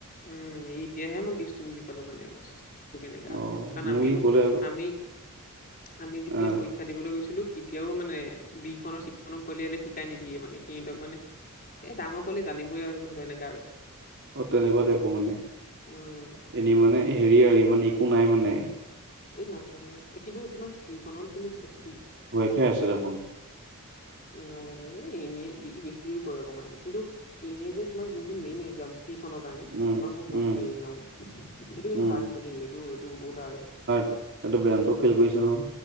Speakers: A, on the left (about 40°); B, on the right (about 55°).
A: উম এতিয়াহে মই কেচতো বুজি পালো মানে কেনেকা
B: অ
A: কাৰণ
B: মোক
A: আমিও
B: ই ক'লে আকৌ
A: আমি আমি যেতিয়া
B: আহ
A: পৰীক্ষা দিবলৈ গৈছিলো তেতিয়াও মানে বিখনৰ চিখননৰ পোৱলিয়িলে শিকাই নিদিয়ে মানে সিহঁতক মানে এ ডাঙৰ বুলি জানিবই আৰু ধৰি লও এনেককা আৰু
B: অ তেনেকুৱা টাইপো মানে
A: উম
B: এনেই মানে হেৰি আৰু ইমান একো নাই মানে
A: এই নাই নাই এই কিন্তু তোমাৰ চিখনতো কিন্তু চি
B: ঠিকে আছে দেখোন।
A: নাজানো এনেই বেছিও কৰে অকমান কিন্তু এনে যে তোমাৰ যোনটো মেইন এক্জাম। কিখনৰ কাৰণে
B: উম
A: বা মই কৈছো
B: উম
A: এই নও সেইটো কিন্তু
B: উম
A: হাৰ্ড আছে দেই এইটো এইটো বহুত হাৰ্ড আছে
B: এইটো বেয়ানটো ফিল কৰিছে নহয়।